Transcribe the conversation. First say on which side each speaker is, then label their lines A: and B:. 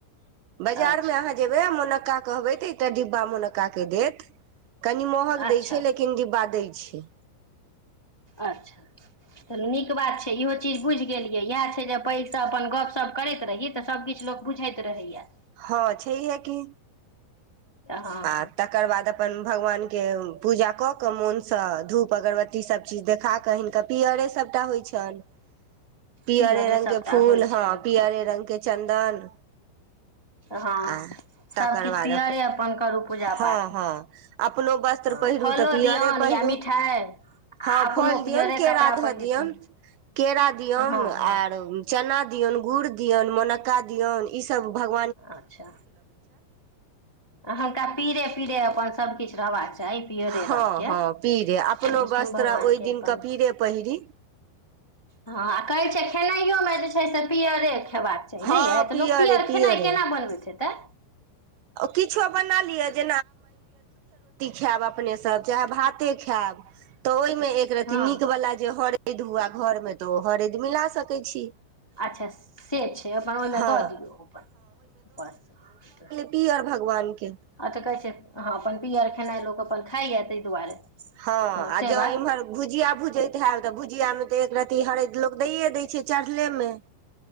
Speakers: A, on the right; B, on the left.
A: बाजार
B: अच्छा
A: मे कहबै तऽ एकटा डिब्बा मोन्का के देत कनि महग द
B: अच्छा
A: देय छै लेकिन डिब्बा दय पछी
B: अच्छा चऽ नीक बात छै इहो चीज बुझि गेल यै इएह छै जे पैघसँ अपन गपशप करैत रही तऽ सभकिछु लोक बुझैत रहैए
A: हँ छै है की
B: हँ
A: आ तकर बाद अपन भगवानके पूजा कऽ कऽ मोनसँ धूप अगरबत्ती सभचीज देखा कऽ हिनका पीअरे सभटा होइ छनि पियरे
B: पीयरे
A: रंगग
B: सभटा
A: के फूल
B: होइ छनि
A: हँ पियरे रंग के चन्दन
B: हँ
A: आ
B: सभकिछु
A: तकर बाद
B: पिियरे अपन करू पूजा
A: हँ
B: पाठ
A: हँ अपनो वस्त्र
B: हँ
A: पहिरू
B: फलो
A: तऽ पियरे
B: दियौन
A: पहिरू
B: या मिठाइ आ
A: हँ
B: अपनो
A: फल
B: पियरे
A: दियऔन केरा
B: कपड़ा
A: धऽ
B: पहिरू
A: दियऔन केरा दियऔन
B: हँ हँ
A: आर चना <inaudible> दियन गुड़ दियनि मनका दियऔन ई सब भगवान
B: अच्छा आ हुनका पीरे पीरे अपन सबकिछु रहबाक चाही पियरे
A: हँ
B: रंगके
A: हँ पीरे अपनो
B: विष्णु
A: वस्त्र
B: भगवानके
A: ओहि दिनके
B: अपन
A: पीरे पहिरीी
B: हँ आ कहैत छैिय खेनाइयोमे जे छै से पियरे खेबाक चाही
A: हँ
B: ने यए तऽ
A: पियरे
B: लोक पियर
A: पियरे
B: खेनाइ केना बनबैत तऽ
A: किछो बना लियअ ोी ख च ख मे एक रती
B: हँ
A: नीक वाला जे हरे धुआ घर मे तो हरेद मिला सकैत छी
B: अच्छा से छै अपन ओहिमे
A: हँ
B: दऽ दियौ पर ऊपरसँ
A: पी आओर भगवान के
B: तऽ कहैत छै हँ अपन पियर खेनाइ लोक अपन खाइया ताहि दुआरे
A: हँ आ
B: से
A: जँ
B: बात
A: इम्हर भुजिया भुजैत हयब तऽ भुजिया मे तऽ एक र्त हर ऽ लोक दैए दै छै चढ़लेमे